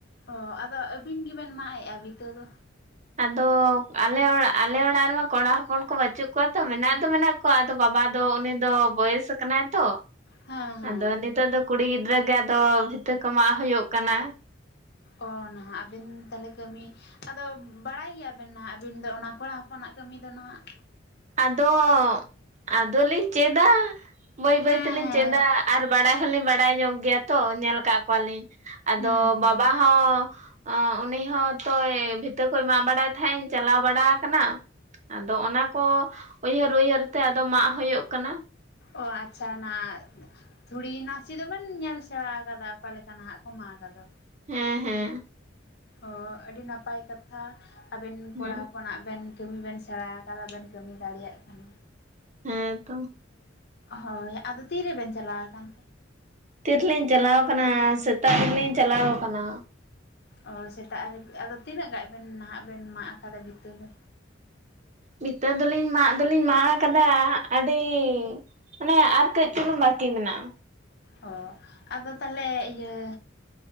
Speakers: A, on the left; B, on the right.
A: ᱚ ᱟᱫᱚ ᱟᱹᱵᱤᱱ ᱜᱮᱵᱮᱱ ᱢᱟᱜᱮᱜᱼᱟ ᱵᱷᱤᱛᱟᱹ ᱫᱚ?
B: ᱟᱫᱚ ᱟᱞᱮ ᱚᱲᱟᱜ, ᱟᱞᱮ ᱚᱲᱟᱜ ᱨᱮᱢᱟ ᱠᱚᱲᱟ ᱦᱚᱯᱚᱱ ᱠᱚ ᱵᱟᱹᱪᱩᱜ ᱠᱚᱣᱟ ᱛᱚ, ᱢᱮᱱᱟᱜ ᱫᱚ ᱢᱮᱱᱟᱜ ᱟᱫᱚ ᱵᱟᱵᱟ ᱫᱚ ᱩᱱᱤ ᱫᱚ ᱵᱚᱭᱮᱥ ᱠᱟᱱᱟᱭ ᱛᱚ᱾
A: ᱦᱮᱸ ᱦᱮᱸ
B: ᱟᱫᱚ ᱱᱤᱛᱚᱜ ᱫᱚ ᱠᱩᱲᱤ ᱜᱤᱫᱽᱨᱟᱹ ᱜᱮ ᱟᱫᱚ ᱵᱷᱤᱛᱟᱹ ᱠᱚ ᱢᱟᱜ ᱦᱩᱭᱳᱜ ᱠᱟᱱᱟ᱾
A: ᱚ ᱱᱟᱦᱟᱜ ᱟᱵᱮᱱ ᱛᱟᱦᱞᱮ ᱠᱟᱹᱢᱤ ᱟᱫᱚ ᱵᱟᱲᱟᱭ ᱜᱮᱭᱟᱵᱮᱱ ᱱᱟᱦᱟᱜ, ᱟᱹᱵᱤᱱ ᱫᱚ ᱚᱱᱟ ᱠᱚᱲᱟ ᱦᱚᱯᱚᱱᱟᱜ ᱠᱟᱹᱢᱤ ᱫᱚ ᱱᱟᱦᱟᱸᱜ?
B: ᱟᱫᱚ ᱟᱫᱚᱞᱤᱧ ᱪᱮᱫᱼᱟ᱾ ᱵᱟᱹᱭ ᱵᱟᱹᱭ
A: ᱦᱮᱸ
B: ᱛᱮᱞᱤᱧ
A: ᱦᱮᱸ
B: ᱪᱮᱫᱟ, ᱟᱨ ᱵᱟᱲᱟᱭ ᱦᱚᱞᱤᱧ ᱵᱟᱲᱟᱭ ᱧᱚᱜ ᱜᱮᱭᱟ ᱛᱚ, ᱧᱮᱞ ᱠᱟᱜ ᱠᱚᱣᱟᱞᱤᱧ᱾ ᱟᱫᱚ
A: ᱦᱩᱸ ᱦᱩᱸ
B: ᱵᱟᱵᱟ ᱦᱚᱸ ᱩᱱᱤ ᱦᱚᱸᱼᱛᱚᱭ ᱵᱷᱤᱛᱟᱹ ᱠᱚᱭ ᱢᱟᱜ ᱵᱟᱲᱟᱭ ᱛᱟᱦᱮᱸᱜ, ᱤᱧ ᱪᱟᱞᱟᱣ ᱵᱟᱲᱟ ᱠᱟᱱᱟ᱾ ᱟᱫᱚ ᱚᱱᱟ ᱠᱚ ᱩᱭᱦᱟᱹᱨ-ᱩᱭᱦᱟᱹᱨ ᱛᱮ, ᱟᱫᱚ ᱢᱟᱜ ᱦᱩᱭᱳᱜ ᱠᱟᱱᱟ᱾
A: ᱚ ᱟᱪᱪᱷᱟ ᱚᱱᱟ ᱛᱷᱩᱲᱤ ᱱᱟᱥᱮ ᱫᱚ ᱵᱮᱱ ᱧᱮᱞ ᱥᱮᱬᱟ ᱟᱠᱟᱫᱟ᱾ ᱚᱠᱟ ᱞᱮᱠᱟ ᱱᱟᱦᱟᱜ ᱠᱚ ᱢᱟᱜᱟ ᱫᱚ?
B: ᱦᱮᱸ, ᱦᱮᱸ᱾
A: ᱚ ᱟᱹᱰᱤ ᱱᱟᱯᱟᱭ ᱠᱟᱛᱷᱟ ᱟᱹᱵᱮᱱ ᱠᱚᱲᱟ
B: ᱦᱮᱸ
A: ᱦᱚᱯᱚᱱᱟᱜ ᱵᱮᱱ ᱠᱟᱹᱢᱤ ᱵᱮᱱ ᱥᱮᱬᱟ ᱟᱠᱟᱫᱟ ᱵᱮᱱ, ᱠᱟᱹᱢᱤ ᱫᱟᱲᱮᱭᱟᱜ ᱠᱟᱱᱟ᱾
B: ᱦᱮᱸ ᱛᱚ᱾
A: ᱦᱳᱭ, ᱟᱫᱚ ᱛᱤᱨᱮᱵᱮᱱ ᱪᱟᱞᱟᱣ ᱠᱟᱱ?
B: ᱛᱤ ᱨᱮᱞᱤᱧ ᱪᱟᱞᱟᱣ ᱟᱠᱟᱱᱟ, ᱥᱮᱛᱟᱜ ᱨᱮᱞᱤᱧ ᱪᱟᱞᱟᱣ ᱟᱠᱟᱱᱟ᱾
A: ᱚ ᱥᱮᱛᱟᱜ ᱨᱮ, ᱟᱫᱚ ᱛᱤᱱᱟᱹᱜ ᱜᱟᱡᱽ ᱵᱮᱱ ᱱᱟᱦᱟᱜ ᱵᱮᱱ ᱢᱟᱜ ᱟᱠᱟᱫᱟ ᱵᱷᱤᱛᱟᱹ ᱫᱚ?
B: ᱵᱷᱤᱛᱟᱹ ᱫᱚᱞᱤᱧ ᱢᱟᱜ ᱫᱚᱞᱤᱧ ᱢᱟᱜ ᱟᱠᱟᱫᱟ, ᱟᱹᱰᱤ ᱢᱟᱱᱮ ᱟᱨ ᱠᱟᱹᱡᱽ ᱪᱩᱞᱩᱝ ᱵᱟᱠᱤ ᱢᱮᱱᱟᱜᱼᱟ᱾
A: ᱚ ᱟᱫᱚ ᱛᱟᱦᱞᱮ ᱤᱭᱟᱹ